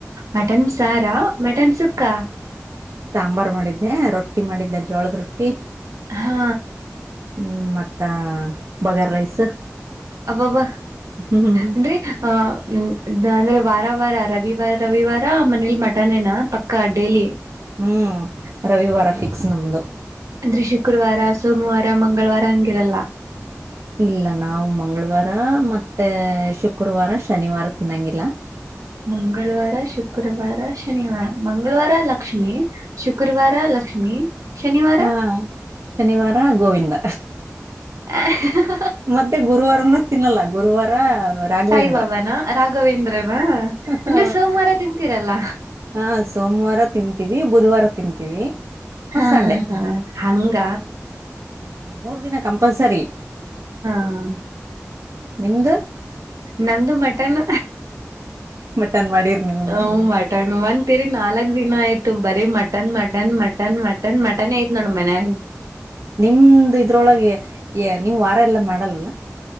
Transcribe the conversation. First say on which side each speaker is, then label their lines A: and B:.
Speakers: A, on the right; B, on the right.
A: ಮಟನ್ ಸಾರಾ ಮಟನ್ ಸುಕ್ಕಾ
B: ಸಾಂಬಾರ್ ಮಾಡಿದ್ದೆ ರೊಟ್ಟಿ ಮಾಡಿದ್ದೆ ಜೋಳದ ರೊಟ್ಟಿ
A: ಹಾ
B: ಹ್ಮ್ ಮತ್ತ ಬಗಾರ್ ರೈಸ್
A: ಅಬ್ಬಬ್ಬ
B: ಹ್ಮ್
A: ಅಂದರಿ ಆ್ಮ ಅಂದ್ರೆ ವಾರ ವಾರ ರವಿವಾರ ರವಿವಾರ ಮನೇಲಿ ಮಟನ್ ಏನಾ ಪಕ್ಕ ಡೇಲಿ
B: ಹ್ಮ್ ರವಿವಾರ ಫಿಕ್ಸ್ ನಮ್ದು
A: ಅಂದ್ರೆ ಶುಕ್ರವಾರ ಸೋಮವಾರ ಮಂಗಳವಾರ ಹಂಗಿರಲ್ಲ
B: ಇಲ್ಲ ನಾವು ಮಂಗಳವಾರ ಮತ್ತೆ ಶುಕ್ರವಾರ ಶನಿವಾರ ತಿನ್ನೊಂಗಿಲ್ಲ
A: ಮಂಗಳವಾರ ಶುಕ್ರವಾರ ಶನಿವಾರ ಮಂಗಳವಾರ ಲಕ್ಷ್ಮೀ ಶುಕ್ರವಾರ ಲಕ್ಷ್ಮಿ ಶನಿವಾರ
B: ಹಾ ಶನಿವಾರ ಗೋವಿಂದ
A: ಹ
B: ಮದೆ ಗುರುವಾರನ ತಿನ್ನಲ್ಲ ಗುರುವಾರ ರಾಘವೇಂದ್ರ
A: ಸಾಯಿಬಾಬಾನ ರಾಘವೇಂದ್ರನ
B: ಹ
A: ಅಂದ್ರೆ ಸೋಮವಾರ ತಿಂತೀರಲ್ಲ
B: ಹಾ ಸೋಮವಾರ ತಿಂತೀವಿ ಬುಧವಾರ ತಿಂತೀವಿ ಮತ್
A: ಹಾ
B: ಸಂಡೆ
A: ಹಾ ಹಾ ಹಂಗ
B: ಹ್ಮ್ ಮೂರ್ ದಿನ ಕಂಪಲ್ಸರಿ
A: ಹ್ಮ
B: ಹ್ಮ ನಿಮ್ದ
A: ನಂದು ಮಟನ್
B: ಮಟನ್ ಮಾಡಿರ್ ನೀವುನು
A: ಹ ಮಟ ಒಂತಂತೀರಿ ನಾಲ್ಕು ದಿನ ಆಯ್ತು ಬರಿ mutton mutton mutton mutton mutton ಯ್ತ್ ನೋಡ ಮನ್ಯಾಗ
B: ನಿಮ್ದ ಇದ್ರೊಳಗೆ ನೀವ್ ವಾರ ಎಲ್ಲಾ ಮಾಡಲ್ಲಲ್ಲ